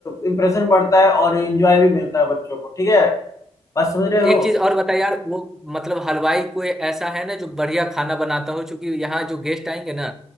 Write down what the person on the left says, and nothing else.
इंप्रेशन बढ़ता है और इंजॉय भी मिलता है बच्चों को ठीक है बात समझ रहे
हो